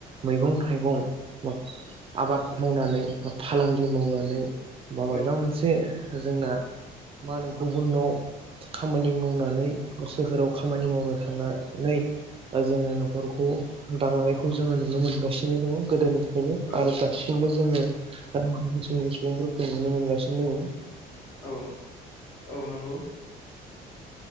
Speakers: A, on the right; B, on the left.
A: मैगं थाइगं बा आबाद मावनानै फालांगि मावनानै बाबायबा
B: औ
A: मोनसे जोंना मा होनो गुबुनाव खामानि मावनानै सोहोराव खामानि मावनो थांनानै जोङो नखरखौ दानानै खौ जोङो नुनो मोनगासिनो दङ गोदोनि बेयो
B: औ
A: आरो दासिमबो जोङो गामि ओनसोलनि सुबुंफोरखौ नुनो मोनगासिनो दोङो
B: औ औ नंगौ।